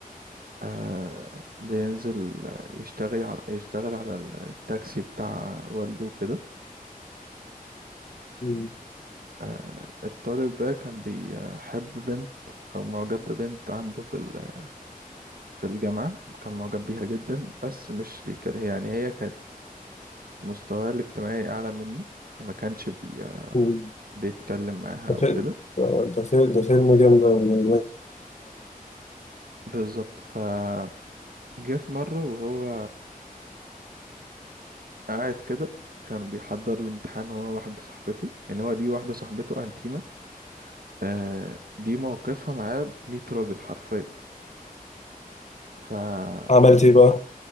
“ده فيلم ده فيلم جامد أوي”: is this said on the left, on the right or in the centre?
Left